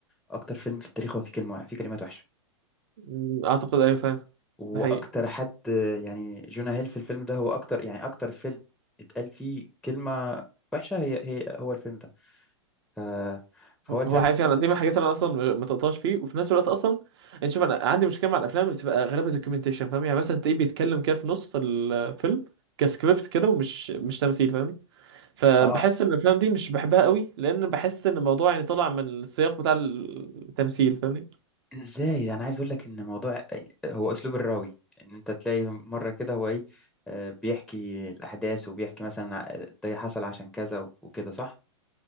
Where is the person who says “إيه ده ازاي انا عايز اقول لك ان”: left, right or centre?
Centre